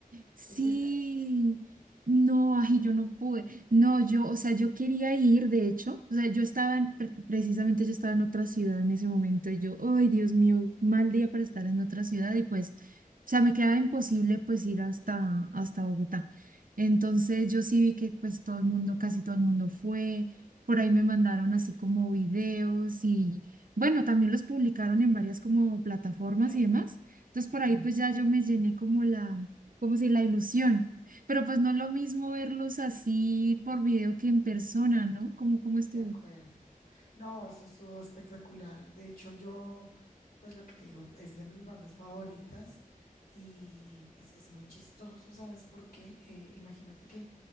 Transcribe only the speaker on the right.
Sí,
no, ay, yo no pude. No, yo, o sea, yo quería ir, de hecho, o sea, yo estaba, en- pre- precisamente yo estaba en otra ciudad en ese momento y yo, ay, Dios mío, mal día para estar en otra ciudad y pues, o sea, me quedaba imposible pues ir hasta, hasta Bogotá. Entonces yo sí vi que pues todo el mundo, casi todo el mundo fue, por ahí me mandaron así como videos y bueno, también los publicaron en varias como plataformas
y demás. Entonces
por ahí pues ya yo me llené como la como si la ilusión. Pero pues no es lo mismo verlos así por video que en persona, ¿no? ¿Cómo cómo estuvo?